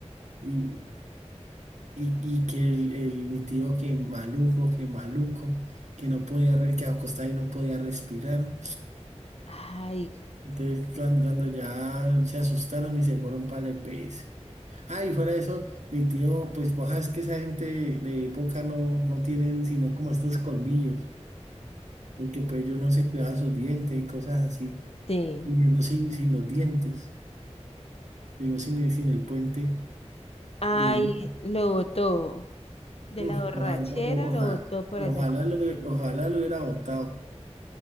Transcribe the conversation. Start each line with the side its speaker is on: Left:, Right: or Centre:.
Right: y Y, y que el, el- mi tío que maluco, que maluco, que no podía, re- que acostaba y no podía respirar.
Left: Ay,
Right: Entonces cuando, cuando ya se asustaron y se fueron para el EPS. Ah, y fuera de eso, mi tío, pues vos sabes que esa gente de, de época no, no tienen sino como estos colmillos, porque pues ellos no se cuidaban sus dientes y cosas así.
Left: sí.
Right: Y llegó sin, sin los dientes, llegó sin, el- sin el puente
Left: Ay,
Right: de...
Left: lo botó. De
Right: Mm,
Left: la borrachera
Right: ojalá, o- o- ojalá,
Left: lo botó por
Right: ojalá
Left: allá.
Right: lo, hubie- ojalá lo hubiera botado.